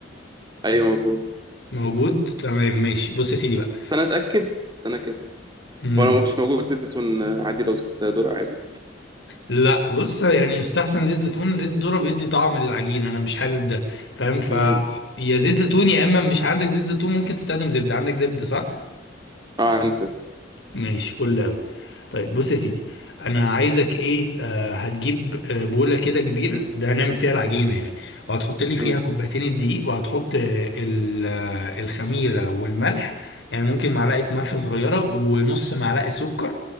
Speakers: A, on the right (about 25°); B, on the left (about 65°).
A: ايوه موجود بس
B: موجود تمام ماشي بص يا سيدي بقى
A: انا اتاكد انا كده أتأكد.
B: مم.
A: هو لو مش موجود زيت زيتون آه، عادي لو زيت ذرة عادي
B: لا بص يعني يستحسن زيت زيتون زيت ذرة بيدي طعم للعجين انا مش حابب ده فاهم ف
A: امم
B: يا زيت زيتون يا اما مش عندك زيت زيتون ممكن تستخدم زبده عندك زبده صح
A: اه عندي زيت
B: ماشي فل أوي طيب بص يا سيدي انا عايزك ايه آه هتجيب آه بوله كده كبيره ده هنعمل فيها العجينه يعني وهتحط لي فيها
A: امم
B: كوبايتين الدقيق وهتحط آه ال- آه، الخميره والملح يعني ممكن معلقه ملح صغيره ونص معلقه سكر